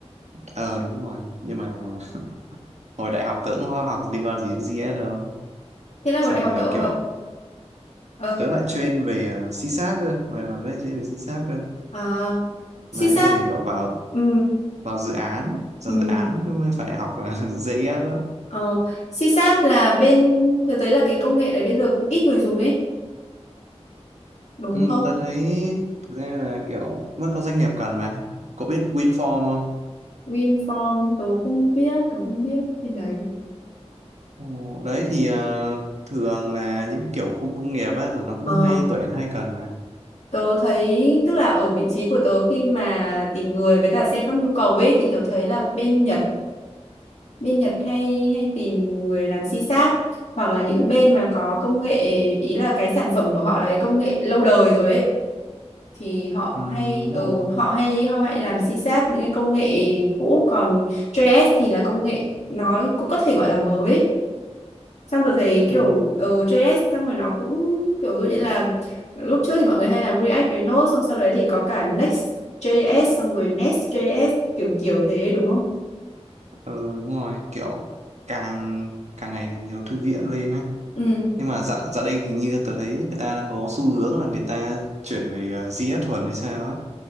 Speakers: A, on the right; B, on the left.
A: ờ đúng rồi, nhưng mà hồi đại học tớ cũng có học liên quan gì đến JS đâu.
B: Thế là hồi
A: Xong
B: đại học
A: thì à,
B: cậu
A: kiểu
B: học ờ
A: tớ lại chuyên về uh, C-Sharp cơ, hồi học tớ lại chuyên về C-Sharp cơ.
B: à, CSAT.
A: Đấy, sau thì kiểu vào
B: Ừ
A: vào dự án, vào
B: ừ
A: dự án mới phải học uh, <laughs> JS đó.
B: ờ CSAT là bên thực tế là cái công nghệ đấy bây giờ cũng ít người dùng ấy, đúng
A: Ừ,
B: không?
A: tớ thấy thực ra là kiểu vẫn có doanh nghiệp cần mà cậu biết WinForm không?
B: WinForm tớ không biết, tớ không biết bên đấy.
A: Ồ, đấy thì ờ, thường là những kiểu khu công nghiệp á là nó cũng
B: Ờ
A: hay tuyển hay cần mà
B: tớ thấy tức là ở vị trí của tớ khi mà tìm người với cả xem các nhu cầu ấy thì tớ thấy là bên Nhật bên Nhật hay hay tìm người làm c sáp hoặc là những bên mà có công nghệ ý là cái sản phẩm của họ là cái công nghệ lâu đời rồi ấy thì họ
A: ừ,
B: hay
A: đúng
B: ừ,
A: rồi
B: họ hay họ hay làm c sáp những cái công nghệ cũ còn JS thì là công nghệ nói cũng có thể gọi là mới xong rồi thấy kiểu
A: ừ,
B: ừ, JS xong rồi nó cũng kiểu dụ như là lúc trước thì mọi người hay làm React với Node xong sau đấy thì có cả Next.js xong rồi Next.js kiểu kiểu thế đúng không?
A: ờ, đúng rồi kiểu càng càng ngày càng nhiều thư viện lên á
B: Ừ,
A: nhưng mà dạo dạo đây hình như tớ thấy người ta đang có xu hướng là người ta chuyển về ờ, GS thuần hay sao á